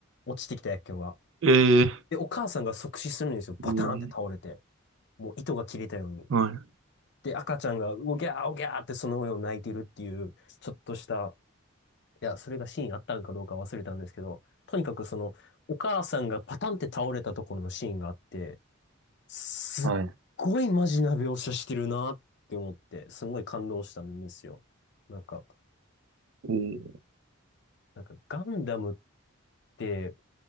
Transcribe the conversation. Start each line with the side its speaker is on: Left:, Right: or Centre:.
Left: 落ちてきた薬莢が。
Right: い。えー、
Left: で、お母さんが即死するんですよ。バターンって倒れて。
Right: えー、
Left: もう糸が切れたように。
Right: はい。
Left: で、赤ちゃんが、おぎゃーおぎゃーってその上を泣いてるっていう、ちょっとした、いや、それがシーンあったかどうか忘れたんですけど、とにかくその、お母さんがパタンって倒れたところのシーンがあって、すっごいマジな描写してるなって思って、
Right: はい。
Left: すごい感動したんですよ。なんか、
Right: えー、
Left: なんかガンダムって、